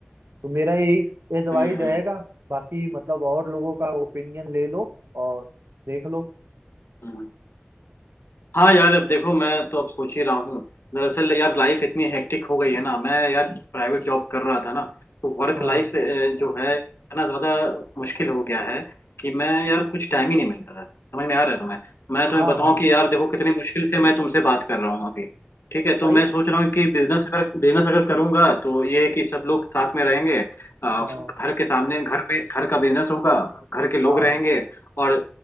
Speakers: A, on the right; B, on the left.
A: तो मेरा यही एडवाइस
B: हम्म
A: रहेगा
B: हम्म
A: बाकी मतलब और लोगों का ओपिनियन ले लो और देख लो
B: हम्म। हाँ यार अब देखो मैं तो अब सोच ही रहा हूँ दरअसल यार लाइफ इतनी हेक्टिक हो गई है ना मैं यार प्राइवेट जॉब कर रहा था ना तो वर्क
A: हाँ
B: लाइफ जो है इतना ज्यादा मुश्किल हो गया है कि मैं यार कुछ टाइम ही नहीं मिलता है समझ में आ रहा है तुम्हें मैं तुम्हें
A: हाँ
B: बताऊँ
A: हाँ
B: कि यार देखो कितनी मुश्किल से मैं तुमसे बात कर रहा हूँ अभी ठीक है तो
A: भाई
B: मैं सोच रहा हूँ कि बिजनेस अगर बिजनेस अगर करूंगा तो ये है कि सब लोग साथ में रहेंगे अ,
A: हाँ
B: घर के सामने घर में घर का बिजनेस होगा घर के लोग
A: हाँ
B: रहेंगे और